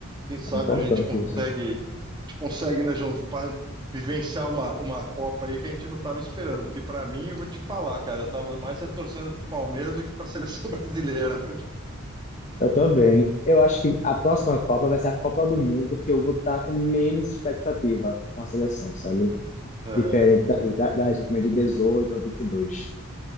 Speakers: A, on the right; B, on the left.
A: quem sabe
B: É importante
A: a gente consegue
B: isso.
A: a gente consegue, né, João, pa- vivenciar uma, uma Copa aí que a gente não estava esperando. Porque para mim, eu vou te falar, cara, eu estava mais é torcendo pro Palmeiras do que para a seleção <laughs> brasileira.
B: Eu também. Eu acho que a próxima Copa vai ser a Copa do Mundo que eu vou estar com menos expectativa com a seleção, sabe?
A: Aham,
B: Diferente das, da- das últimas de 18 ou 22.